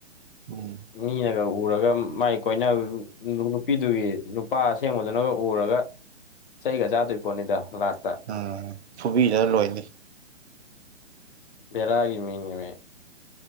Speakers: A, on the right; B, on the left.
A: ꯎꯝ
B: ꯃꯤꯅꯒ ꯎꯔꯒ ꯃꯥꯏ ꯀꯣꯏꯅ ꯅꯨꯄꯤꯗꯨꯒꯤ ꯅꯨꯄꯥ ꯑꯁꯦꯡꯕꯗꯨꯅꯒ ꯎꯔꯒ ꯆꯩꯒ ꯆꯥꯗꯣꯏ ꯄꯣꯠꯅꯤꯗ ꯂꯥꯁꯇ
A: ꯎꯝ ꯐꯨꯕꯤꯗ ꯂꯣꯏꯅꯤ
B: ꯕꯔꯒꯤ ꯃꯤꯉꯃꯦ